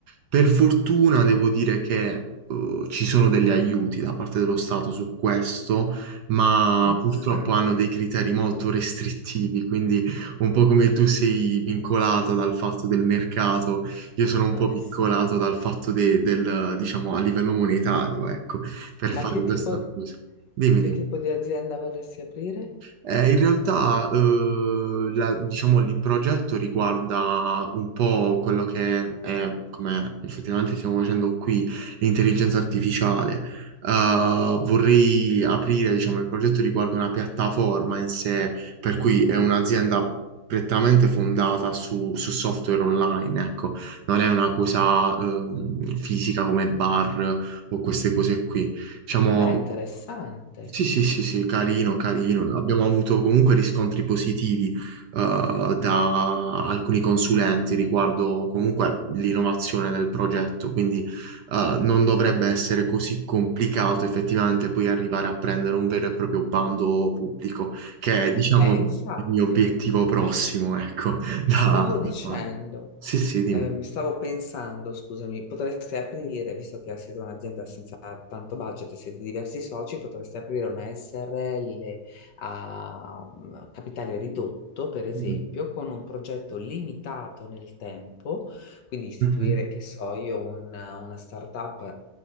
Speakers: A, on the right (about 65°); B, on the left (about 65°).
A: per fortuna devo dire che eh, ci sono degli aiuti da parte dello Stato su questo, ma
B: Mhm.
A: purtroppo hanno dei criteri molto restrittivi, quindi un po' come tu sei vincolata dal fatto del mercato, io sono un
B: Eh
A: po' vincolato
B: sì.
A: dal fatto de- del, diciamo, a livello monetario, ecco per
B: Ma
A: fare
B: che
A: questa
B: tipo,
A: cosa. Dimmi,
B: che
A: dimmi.
B: tipo di azienda vorresti aprire?
A: Eh, in realtà, eh, la- diciamo, il progetto riguarda un po' quello che è, come effettivamente stiamo facendo qui, l'intelligenza artificiale. Eh, vorrei aprire, diciamo, il progetto riguarda una piattaforma in sé, per cui è un'azienda prettamente fondata su, su software online, ecco, non è una cosa, ehm, fisica come bar o queste cose qui. Diciamo,
B: Beh, interessante.
A: sì, sì, sì, sì, carino, carino. Abbiamo avuto comunque riscontri positivi eh, da alcuni consulenti riguardo comunque l'innovazione del progetto, quindi eh, non dovrebbe essere così complicato effettivamente poi arrivare a prendere un vero e proprio bando pubblico, che è, diciamo,
B: Eh,
A: il
B: infatti,
A: mio obiettivo prossimo, ecco. <laughs> da-
B: Stavo dicendo,
A: da- Sì, sì, dimmi.
B: ehm, stavo pensando, scusami, potreste aprire, visto che siete un'azienda senza tanto budget, e siete diversi soci, potreste aprire una SRL a mm, capitale ridotto, per esempio,
A: Mm,
B: con un progetto limitato nel tempo, quindi istituire,
A: mhm.
B: che so io, una, una startup